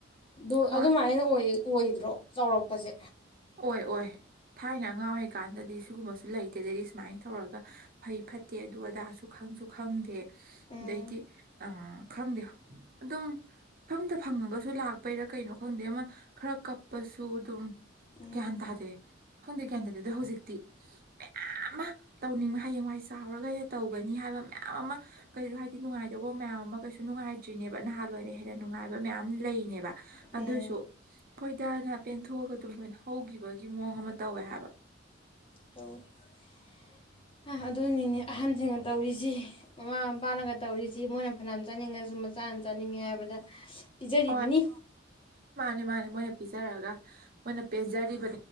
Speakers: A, on the left (about 30°); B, on the right (about 50°).
A: ꯗꯣ
B: ꯍꯣꯏ
A: ꯑꯗꯨꯃꯥꯏꯅ ꯑꯣꯏ ꯑꯣꯏꯗ꯭ꯔꯣ ꯆꯥꯎꯔꯛꯄꯁꯦ
B: ꯑꯣꯏ ꯑꯣꯏ ꯊꯥꯏꯅ ꯑꯉꯥꯡ ꯑꯣꯏꯔꯤꯀꯥꯟꯗꯗꯤ ꯁꯤꯒꯨꯝꯕꯁꯨ ꯂꯩꯇꯦ ꯑꯗꯩꯗꯤ ꯁꯨꯃꯥꯏꯅ ꯇꯧꯔꯒ ꯐꯩ ꯐꯠꯇꯦ ꯑꯗꯨ ꯑꯗꯥꯁꯨ ꯈꯪꯁꯨ ꯈꯪꯗꯦ
A: ꯎꯝ
B: ꯑꯗꯩꯗꯤ ꯑ ꯈꯪꯗꯦ ꯑꯗꯨꯝ ꯏꯐꯪꯗ ꯐꯪꯉꯒꯁꯨ ꯂꯥꯛꯄꯩꯔꯥ ꯀꯩꯅꯣ ꯈꯪꯗꯦ ꯑꯃ ꯈꯔ ꯀꯞꯄ ꯇꯣꯗꯨꯝ
A: ꯎꯝ
B: ꯒꯌꯥꯟ ꯇꯥꯗꯦ ꯈꯪꯗꯦ ꯒꯌꯥꯟ ꯇꯥꯗꯦꯢ ꯍꯧꯖꯤꯛꯇꯤ ꯃꯌꯥꯝ ꯑꯃ ꯇꯧꯅꯤꯡꯕ ꯍꯌꯦꯡꯋꯥꯏ ꯆꯥꯎꯔꯒ ꯑꯩꯅ ꯇꯧꯒꯅꯤ ꯍꯥꯏꯕ ꯃꯌꯥꯝ ꯑꯃ ꯀꯩꯁꯨ ꯍꯥꯏꯗꯤ ꯅꯨꯡꯉꯥꯏꯗꯧꯕ ꯃꯌꯥꯝ ꯑꯃ ꯀꯩꯁꯨ ꯅꯨꯡꯉꯥꯏꯇ꯭ꯔꯤꯅꯦꯕ ꯅꯍꯥꯟꯋꯥꯏ ꯑꯣꯏꯅ ꯍꯦꯟꯅ ꯅꯨꯡꯉꯥꯏꯕ ꯃꯌꯥꯝ ꯂꯩꯅꯦꯕ
A: ꯎꯝ
B: ꯑꯗꯣꯏꯁꯨ ꯃꯣꯏꯗꯅ ꯄꯦꯟꯊꯣꯛꯑꯒ ꯑꯗꯨꯝ ꯂꯣꯏꯅ ꯍꯧꯈꯤꯕꯒꯤ ꯃꯑꯣꯡ ꯑꯃ ꯇꯧꯋꯦ ꯍꯥꯏꯕ
A: ꯇꯧꯋꯤ ꯑꯗꯨꯅꯤꯅꯦ ꯑꯍꯟꯁꯤꯡꯒ ꯇꯧꯔꯤꯁꯤ ꯃꯃꯥ ꯃꯄꯥꯅꯒ ꯇꯧꯔꯤꯁꯤ ꯃꯣꯏꯅ ꯐꯅꯌꯥꯝ ꯆꯥꯅꯤꯡꯉꯁꯨ ꯃꯆꯥꯅ ꯆꯥꯅꯤꯡꯉꯦ ꯍꯥꯏꯕꯗ ꯄꯤꯖꯔꯤꯕꯅꯤ
B: ꯍꯣꯏ ꯃꯥꯅꯦ ꯃꯥꯅꯦ ꯃꯣꯏꯅ ꯄꯤꯖꯔꯑꯒ ꯃꯣꯏꯅ ꯄꯦꯟꯖꯔꯤꯕ